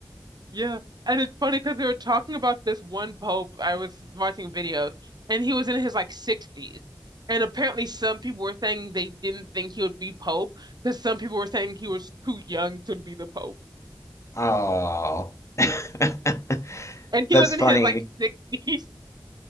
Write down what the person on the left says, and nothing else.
Oh, <laughs>
that's
funny.